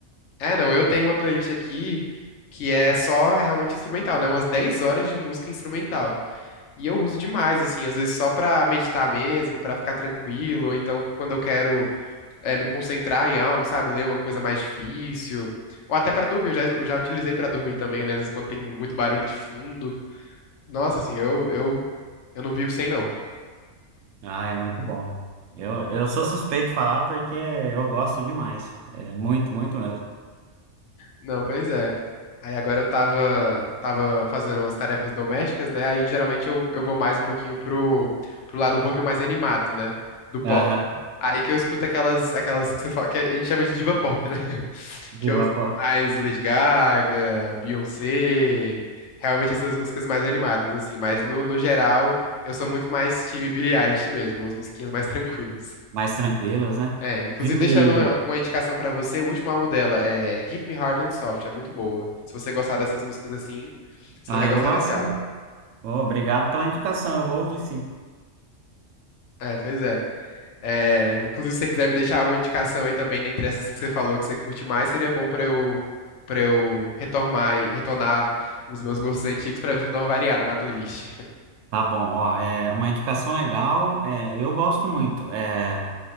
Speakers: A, on the left; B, on the right.
A: É, não, eu tenho uma playlist aqui que é só realmente instrumental, né? Umas 10 horas de música instrumental. E eu uso demais, assim, às vezes só pra meditar mesmo, pra ficar tranquilo, ou então quando eu quero é, me concentrar em algo, sabe? Ler uma coisa mais difícil. Ou até pra dormir, eu já, eu já utilizei pra dormir também, né? Às vezes quando tem muito barulho de fundo. Nossa, assim, eu, eu, eu não vivo sem, não.
B: Ah, é muito bom. Eu, eu sou suspeito de falar porque eu gosto demais. É muito, muito mesmo.
A: Não, pois é. Aí agora eu tava, tava fazendo umas tarefas domésticas, né? Aí geralmente eu, eu vou mais um pouquinho pro, pro lado um pouquinho mais animado, né? Do pop.
B: Aham.
A: Aí que eu escuto aquelas, aquelas que você fala, que a gente chama de diva pop, né? <laughs>
B: De
A: Que
B: uma
A: eu escuto
B: forma
A: mais Lady Gaga, Beyoncé, realmente essas músicas mais animadas, assim. Mas no, no geral, eu sou muito mais time Billie Eilish mesmo, umas musiquinhas mais tranquilas.
B: mais tranquilas, né?
A: É, inclusive
B: Viu?
A: deixando
B: E...
A: uma, uma indicação pra você, o último álbum dela é Hit Me Hard and Soft, é muito boa. Se você gostar dessas músicas assim, você
B: Ah,
A: vai gostar
B: eu gosto.
A: desse álbum.
B: sim. Ô, obrigado pela indicação, eu vou ouvir sim.
A: É, pois é. É, inclusive se você quiser me deixar uma indicação aí também dentre essas que você falou que você curte mais, seria bom pra eu para eu retomar e retornar os meus gostos antigos pra ver se eu dou uma variada na playlist. <laughs>
B: Tá bom, ó, é uma indicação legal, é, eu gosto muito. É